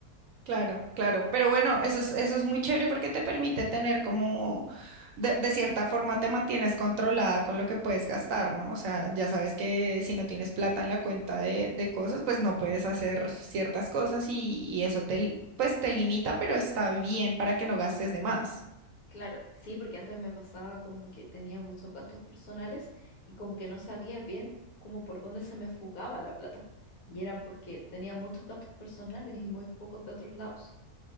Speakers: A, on the right (about 65°); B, on the left (about 70°).
A: Claro, claro, pero bueno, eso es, eso es muy chévere porque te permite tener como, de, de cierta forma te mantienes controlada con lo que puedes gastar, ¿no? O sea, ya sabes que si no tienes plata en la cuenta de, de cosas, pues no puedes hacer ciertas cosas y, y eso te, li- pues te limita, pero está bien para que no gastes de más.
B: Claro, sí, porque antes me pasaba como que tenía muchos gastos personales y como que no sabía bien como por dónde se me fugaba la plata. Y era porque tenía muchos gastos personales y muy pocos de otros lados.